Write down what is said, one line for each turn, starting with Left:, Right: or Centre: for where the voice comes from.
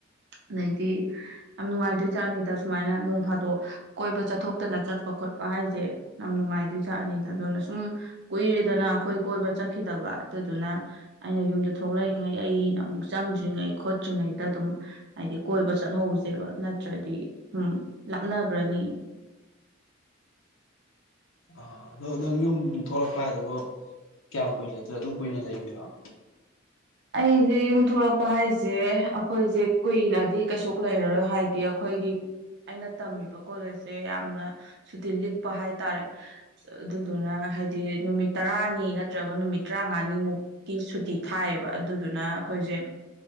Right: ꯑꯗꯩꯗꯤ ꯌꯥꯝ ꯅꯨꯡꯉꯥꯏꯗꯣꯏ ꯖꯥꯅꯤꯗ ꯁꯨꯃꯥꯏꯅ ꯅꯣꯡ ꯐꯥꯗꯣꯛ ꯀꯣꯏꯕ ꯆꯠꯊꯣꯛꯇꯅ ꯆꯠꯄ ꯈꯣꯠꯄ ꯍꯥꯏꯖꯦ ꯌꯥꯝ ꯅꯨꯡꯉꯥꯏꯗꯣꯏ ꯖꯥꯠ ꯑꯅꯤꯗ ꯑꯗꯨꯅ ꯁꯨꯝ ꯀꯨꯏꯔꯦꯗꯅ ꯑꯩꯈꯣꯏ ꯀꯣꯏꯕ ꯆꯠꯈꯤꯗꯕ ꯑꯗꯨꯗꯨꯅ ꯑꯩꯅ ꯌꯨꯝꯗ ꯊꯣꯛꯂꯛꯏꯉꯩ ꯑꯩꯅ ꯑꯃꯨꯛ ꯆꯪꯗ꯭ꯔꯤꯉꯩ ꯈꯣꯠꯇ꯭ꯔꯤꯉꯩꯗ ꯑꯗꯨꯝ ꯍꯥꯏꯗꯤ ꯀꯣꯏꯕ ꯆꯠꯍꯧꯁꯦꯕ ꯅꯠꯇ꯭ꯔꯗꯤ ꯁꯨꯝ ꯂꯥꯞꯅ ꯔꯅꯤ
Left: ꯑ ꯑꯗꯣ ꯅꯪ ꯌꯨꯝ ꯊꯣꯛꯂꯛꯄ ꯍꯥꯏꯗꯨꯕꯨ ꯀꯌꯥꯝ ꯀꯨꯏꯅ ꯂꯩꯗꯣ ꯑꯗꯨꯝ ꯀꯨꯏꯅ ꯂꯩꯗꯣꯏ
Right: ꯑꯩꯖꯦ ꯌꯨꯝ ꯊꯣꯛꯂꯛꯄ ꯍꯥꯏꯖꯦ ꯑꯩꯈꯣꯏꯖꯦ ꯀꯨꯏꯅꯗꯤ ꯀꯩꯁꯨ ꯂꯩꯔꯔꯣꯏ ꯍꯥꯏꯗꯤ ꯑꯩꯈꯣꯏꯒꯤ ꯑꯩꯅ ꯇꯝꯃꯤꯕ ꯀꯣꯂꯦꯖꯁꯦ ꯌꯥꯝꯅ ꯁꯨꯇꯤ ꯂꯤꯛꯄ ꯍꯥꯏ ꯇꯔꯦ ꯑꯗꯨꯗꯨꯅ ꯍꯥꯏꯗꯤ ꯅꯨꯃꯤꯠ ꯇꯔꯥꯅꯤ ꯅꯠꯇ꯭ꯔꯒ ꯅꯨꯃꯤꯠ ꯇꯔꯥꯃꯉꯥꯅꯤꯃꯨꯛꯀꯤ ꯁꯨꯇꯤ ꯊꯥꯏꯌꯦꯕ ꯑꯗꯨꯗꯨꯅ ꯑꯩꯈꯣꯏꯁꯦ